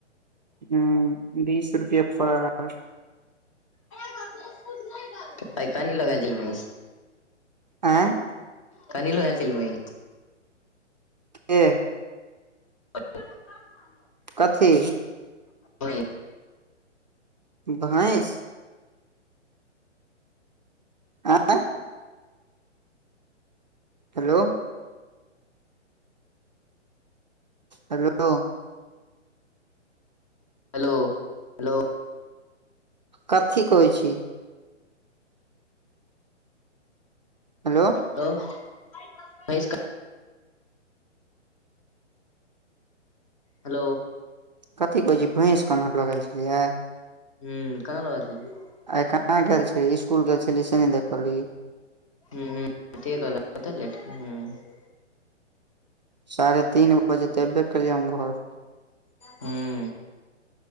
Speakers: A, on the right; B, on the left.
A: हुँ बीस रुपआ पर
B: <unintelligible> तऽ आय कानी लऽ गैल छलै मिस
A: आँय
B: कनी लगै छल बै
A: ए
B: <inaudible>
A: कथी
B: <unintelligible>
A: भौँस आँ <unintelligible> हेलो हेलो
B: हेलो हेलो
A: कथी कहै छी हेलो
B: हेलो भौँस कऽ हेलो
A: कथी कहैय छिही भैँस कनहर लऽ गैल छलियै
B: हुँ कना लऽ गलै छलही
A: आय कहाँ गेल छले इसकुल गेल छलीये से नय देखलही
B: <unintelligible>
A: साढ़े तीन बजे तऽ एबे केलिये हम घर
B: हुँ